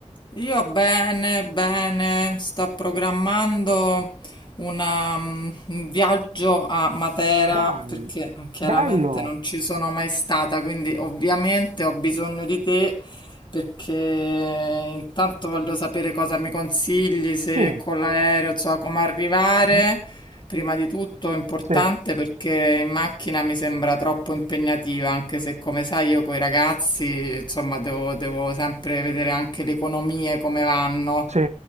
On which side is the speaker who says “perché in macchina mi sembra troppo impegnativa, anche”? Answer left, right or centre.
Left